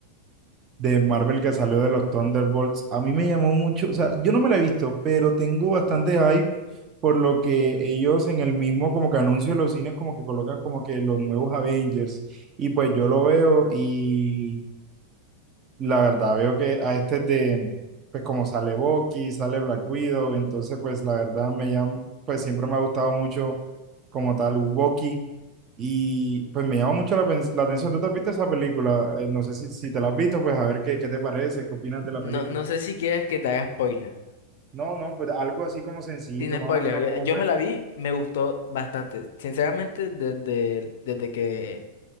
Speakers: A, on the right; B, on the left.
A: de Marvel que salió de los Thunderbolts. A mí me llamó mucho, o sea, yo no me la he visto, pero tengo bastante hype por lo que ellos en el mismo como que anuncio de los cines como que colocan como que los nuevos Avengers y pues yo lo veo y la verdad, veo que a este de, pues como sale Bucky, sale Black Widow, entonces pues la verdad me llama, pues siempre me ha gustado mucho como tal Bucky y pues me llama mucho la, pen- la atención. ¿Tú te has visto esa película? Eh, no sé si, si te la has visto, pues a ver qué, qué te parece, qué opinas de la
B: No,
A: película.
B: no sé si quieres que te haga spoiler.
A: No, no, pues algo así como sencillito,
B: Sin
A: más
B: spoilers,
A: o menos cómo
B: yo
A: fue.
B: me la vi, me gustó bastante. Sinceramente, desde, desde que,